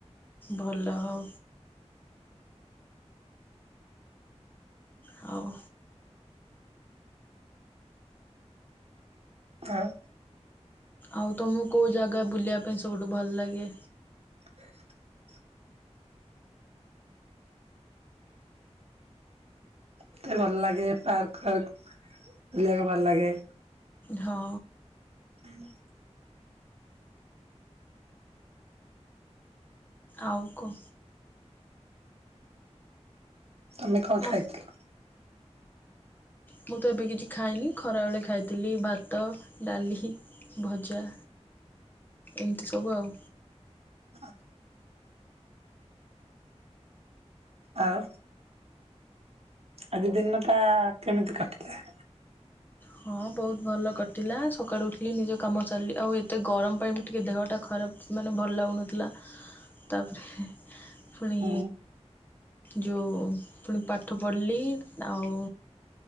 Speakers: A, on the left; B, on the right.
A: ଭଲ ଆଉ। ହଉ।
B: ଆଉ
A: ଆଉ ତମକୁ କଉ ଜାଗା ବୁଲିବା ପାଇଁ ସବୁଠୁ ଭଲ ଲାଗେ?
B: <inaudible> ମତେ ଭଲ ଲାଗେ ପାର୍କ ଫାର୍କ ବୁଲିବାକୁ ଭଲ ଲାଗେ।
A: ହଁ।
B: ହୁଁ।
A: ଆଉ କ
B: ତମେ କଁ
A: ମ
B: ଖାଇଥିଲ?
A: ମୁଁ ତ ଏବେ କିଛି ଖାଇନି ଖରାବେଳେ ଖାଇଥିଲି ଭାତ ଡାଲି ଭଜା ଏମିତି ସବୁ ଆଉ।
B: ହ। ଆଉ। ଆଜି ଦିନ ଟା କେମିତି କଟିଲା?
A: ହଁ ବହୁତ ଭଲ କଟିଲା ସକାଳୁ ଉଠିଲି ନିଜ କାମ ସାରିଲିି ଆଉ ଏତେ ଗରମ ପାଇଁ ଟିକେ ଦେହଟା ଖରାପ ମାନେ ଭଲ ଲାଗୁନଥିଲା। ତାପରେ ହେ ପୁଣି
B: ହୁଁ
A: ଯୋଉ ପୁଣି ପାଠ ପଢ଼ିଲି ଆଉ